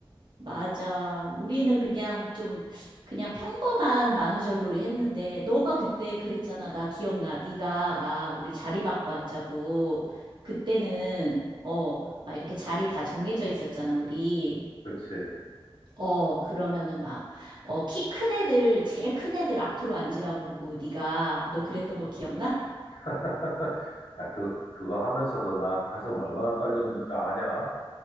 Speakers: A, on the right; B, on the left.
A: 맞아. 우리는 그냥 좀, 그냥 평범한 만우절놀이 했는데, 너가 그때 그랬잖아. 나 기억나. 네가 막 우리 자리 바꿔 왔자고. 그때는, 어, 막 이렇게 자리 다 정해져 있었잖아, 우리.
B: 그치?
A: 어, 그러면은 막, 어, 키 큰 애들, 제일 큰 애들 앞으로 앉으라고 그러고, 네가, 너 그랬던 거 기억나?
B: <laughs> 야, 그, 그거 하면서도 나 가슴 얼마나 떨렸는지 아냐?